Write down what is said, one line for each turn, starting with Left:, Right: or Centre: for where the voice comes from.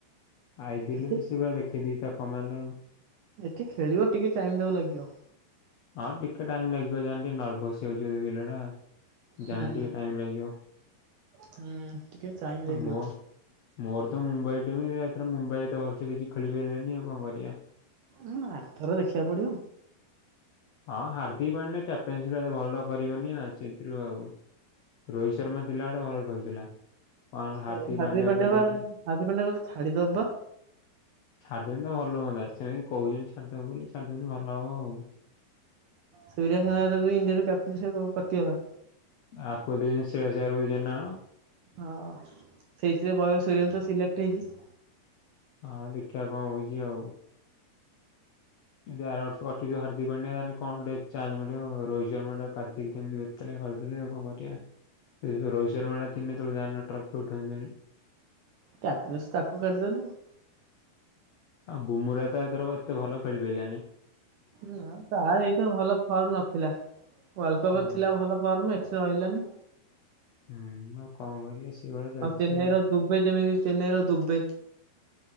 Left: ଆଇପିଏଲ
Right: ଏଠି
Left: ରେ ତ ସେଇଭଳିଆ ଦେଖେଇ ଦେଇଚି ତା କମାଲ ଆଉ।
Right: ଏଠି ଖେଳିବ ଟିକେ ଟାଇମ ଦବ ଲାଗିବ।
Left: ଆଉ ଟିକେ ଟାଇମ ଲାଗିବ ଯାହେଲେ ଟିକେ ନର୍ଭସ ହେଇ ଯାଉଛି ପିଲା ଟା।
Right: ହୁଁ
Left: ଯାହା ହେଲେ ଟିକେ ଟାଇମ ଲାଗିବ
Right: ହୁଁ ଟିକେ ଟାଇମ
Left: ଆଉ
Right: ଲାଗିବ
Left: ମୋ ମୋର ତ ମୁମ୍ବାଇ ଟିମ୍ ଏଥର ମୁମ୍ବାଇ ଏତେ ଭଲସେ କିଛି ଖେଳି ପାରିଲାନି ଆଉ କଣ କରିବା।
Right: ହ ଆରଥର ଦେଖିବାକୁ ପଡିବ।
Left: ହଁ ହାର୍ଦ୍ଦିକ ପାଣ୍ଡ୍ୟା କ୍ୟାପ୍ଟେନସିପ ଏତେ ଭଲ କରିବନି ନା ସେଥିରୁ ଆଉ। ରୋହିତ ଶର୍ମା ଥିଲା ବେଳେ ଭଲ ଖେଳୁଥିଲା। କଣ
Right: ଏ ହାର୍ଦ୍ଦିକ
Left: ପାଣ୍ଡ୍ୟାକୁ
Right: ପାଣ୍ଡ୍ୟା
Left: ତ
Right: ବା
Left: ଦେଇଦେଇ
Right: ହାର୍ଦ୍ଦିକ ପାଣ୍ଡ୍ୟା ବା ଛାଡିଦବ ବା?
Left: ଛାଡିଦେଲେ ତ ଭଲ ହୁଆନ୍ତା ସେମିତି କହୁଛନ୍ତି ଛାଡିଦବ ବୋଲି ଛାଡିଦବ ଯଦି ଭଲ ହବ ଆଉ।
Right: ସୂର୍ୟ ୟାଦବ ଇଣ୍ଡିଆରୁ କ୍ୟାପ୍ଟେନସିପ୍ ରୁ କଟିଗଲା।
Left: ଆକୁ ବି <unintelligible>
Right: ହଁ ସେଇଥିରେ ବୟସ ସୁରେନ୍ତ ସିଲେକ୍ଟ ହେଇଛି।
Left: ହଁ ଦେଖିବା କଣ ହଉଛି ଆଉ। ଯଦି ଆରବର୍ଷ କଟିଥିବ ହାର୍ଦ୍ଦିକ ପାଣ୍ଡ୍ୟା ତାହେଲେ କଣ ଗୋଟେ ଚାନ୍ସ ମିଳିବ ରୋହିତ ଶର୍ମା ଟାକୁ କାଟି କେମିନ୍ତି କରିଦେଲେ ଆଉ କଣ କରିବା? ରୋହିତ ଶର୍ମା ଥିଲେ ତୁ ଜାଣିନୁ ଟ୍ରଫି ଠେଲିଦେଲି।
Right: କ୍ୟାପଟେନ୍ସ ତାକୁ କାଟିଦେଲୁ।
Left: ଆଉ ବୁମୁରା ତ ଏଥର ଏତେ ଭଲ ଖେଳି ପାରଲାନି।
Right: ନା ତାର ଏଇଥର ଭଲ ଫର୍ମ ନଥିଲା। ୱାର୍ଲଡ କପ୍
Left: ହଁ।
Right: ରେ ଥିଲା ଭଲ ଫର୍ମ ଏଇଥିରେ ରହିଲାନି।
Left: ହୁଁ ମୁଁ ଆଉ କଣ କରି ସେଇଭଳିଆ ଚାଲିଛି।
Right: ଆଉ ଚେନ୍ନାଇର
Left: ଆଉ
Right: ଦୁବେ ଯେମିତି ଚେନ୍ନାଇ ର ଦୁବେ।